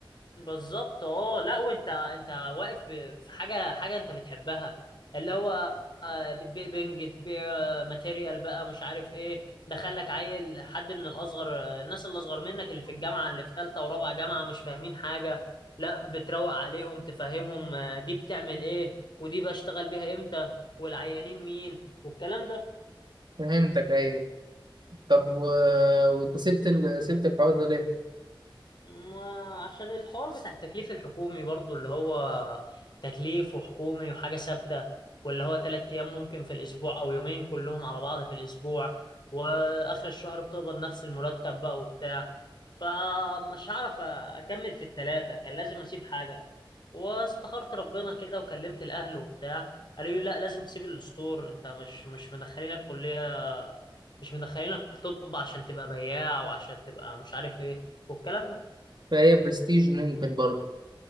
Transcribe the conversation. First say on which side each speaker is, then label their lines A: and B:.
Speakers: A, on the left (about 60°); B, on the right (about 55°).
A: بالظبط اه لا وانت انت واقف ب- في حاجه حاجه انت بتحبها اللي هو آه، بتبيع بنج بتبيع آه، ماتيريال بقى مش عارف ايه دخلك عيل حد من الاصغر آه، الناس اللي اصغر منك اللي في الجامعه اللي في ثالثه ورابعه جامعه مش فاهمين حاجه لا بتروق عليهم تفهمهم آه، دي بتعمل ايه ودي بشتغل بيها امتى والعيانين مين والكلام ده
B: فهمتك ايوه طب و... وانت سبت ال... سبت الحوار ده ليه
A: ما عشان الحوار بتاع التكليف الحكومي برضو اللي هو تكليف وحكومي وحاجة ثابتة واللي هو تلات أيام ممكن في الأسبوع أو يومين كلهم على بعض في الأسبوع وآخر الشهر بتقبض نفس المرتب بقى وبتاع فمش هعرف أكمل في التلاتة كان لازم أسيب حاجة واستخرت ربنا كده وكلمت الأهل وبتاع قالوا لي لا لازم تسيب الستور أنت مش مش مدخلينك كلية مش مدخلينك طب عشان تبقى بياع وعشان تبقى مش عارف إيه والكلام ده
B: فهي برستيج ممكن برضه